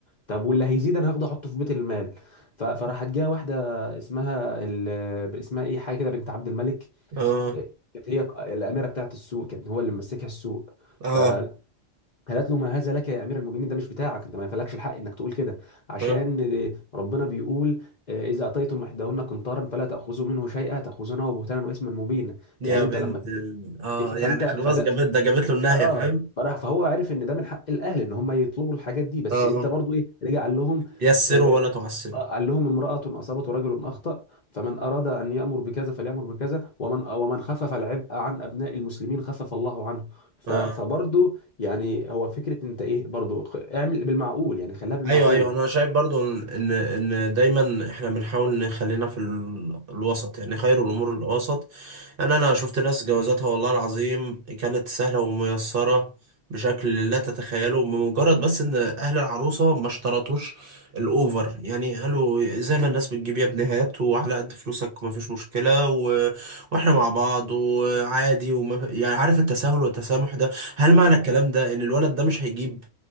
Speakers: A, on the left; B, on the right.
A: طب واللي هيزيد انا هاخده احطه في بيت المال ف- فراحت جايه واحده اسمها ال... اسمها ايه حاجه كده بنت عبد الملك
B: اه
A: كانت هي الاميره بتاعت السوق كانت هو اللي ممسكها السوق
B: اه
A: فقالت له ما هذا لك يا امير المؤمنين ده مش بتاعك انت ما ينفعلكش الحق انك تقول كده عشان
B: اه
A: ربنا بيقول آه، اذا اتيتم احداهن قنطارا فلا تاخذوا منه شيئا تاخذونه بهتانا واثما مبينا
B: يا
A: يعني انت
B: بنت
A: لما
B: ال... اه
A: ف- فانت
B: يعني خلاص
A: فده
B: جابت ده جابت له النهاية
A: اه
B: فاهم
A: فراح فهو عرف ان ده من حق الاهل ان هم يطلبوا الحاجات دي بس
B: اه آه.
A: انت برضو ايه رجع قال لهم
B: يسره
A: آه
B: ولا تعسره
A: آه، قال لهم امرأة أصابت ورجل أخطأ فمن أراد أن يأمر بكذا فليأمر بكذا ومن ومن خفف العبء عن أبناء المسلمين خفف الله عنه ف-
B: اه
A: فبرضو يعني هو فكرة أنت إيه برضو خ- اعمل بالمعقول يعني خليها بالمعقول
B: ايوه ايوه انا شايف برضو ان ان إن دايما احنا بنحاول نخلينا في ال- الوسط يعني خير الامور الوسط انا انا شفت ناس جوازاتها والله العظيم كانت سهله وميسره بشكل لا تتخيله بمجرد بس ان اهل العروسه ما اشترطوش الاوفر يعني قالوا زي ما الناس بتجيب يا ابني هات وعلى قد فلوسك ما فيش مشكله و... واحنا مع بعض وعادي وما... يعني عارف التساهل والتسامح ده هل معنى الكلام ده ان الولد ده مش هيجيب